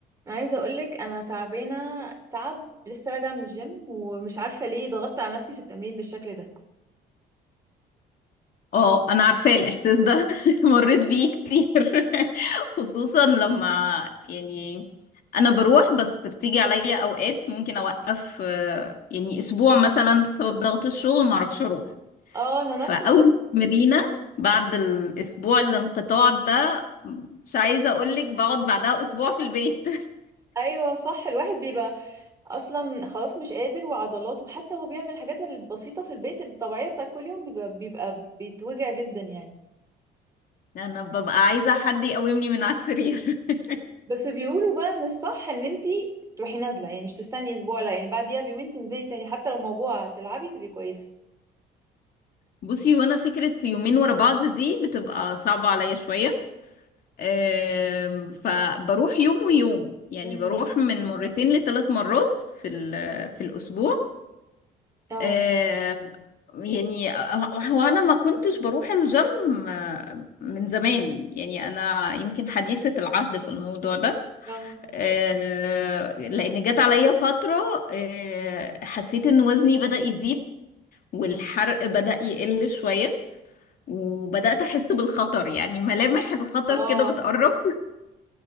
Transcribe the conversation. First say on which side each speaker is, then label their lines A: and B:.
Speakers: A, on the right (about 20°); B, on the left (about 55°).
A: انا عايزه اقولك انا تعبانه تعب لسه راجعه من الجيم ومش عارفه ليه ضغطت على نفسي في التمرين بالشكل ده
B: اه انا عارفة الاحساس ده <laughs> مريت بيه كتير <laughs> خصوصا لما يعني انا بروح بس بتيجي عليا اوقات ممكن اوقف آه، يعني اسبوع مثلا بسبب ضغط الشغل ما اعرفش اروح
A: اه انا
B: فاول
A: نفس الم-
B: تمرينة بعد الاسبوع الانقطاع ده مش عايزة اقولك بقعد بعدها اسبوع في البيت
A: ايوه صح الواحد بيبقى اصلا خلاص مش قادر وعضلاته وحتى هو بيعمل الحاجات البسيطه في البيت الطبيعيه بتاعت كل يوم بيبقى بيبقى بيتوجع جدا يعني
B: <laughs> انا ببقى عايزة حد يقومني من على السرير <laughs>
A: بس بيقولوا بقى ان الصح ان انتي تروحي نازله يعني مش تستني اسبوع لا يعني بعديها بيومين تنزلي تاني حتى لو موجوعه تلعبي تبقي كويسه
B: بصي وانا فكرة يومين ورا بعض دي بتبقى صعبة عليا شوية آم، فبروح يوم ويوم يعني
A: امم
B: بروح من مرتين لثلاث مرات في ال- في الأسبوع
A: اه
B: آم، يعني آه، هو أنا ما كنتش بروح الجيم آه، من زمان يعني أنا يمكن حديثة العهد في الموضوع ده
A: اه
B: آه، لأن جت عليا فترة آه، حسيت إن وزني بدأ يزيد والحرق بدأ يقل شوية وبدأت أحس بالخطر يعني ملامح الخطر
A: اه
B: كده بتقرب